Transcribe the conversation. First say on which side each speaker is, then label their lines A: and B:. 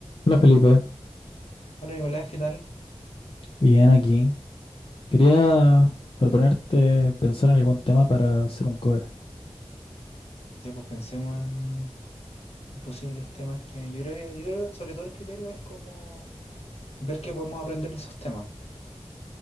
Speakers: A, on the left (about 55°); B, on the left (about 70°).
A: Hola Felipe,
B: Bueno, Nicolás, ¿qué tal?
A: bien aquí. Quería proponerte pensar en algún tema para hacer un cover.
B: Ya pues pensemos en en posibles temas que yo creo que, yo creo, sobre todo el criterio es como ver qué podemos aprender de esos temas,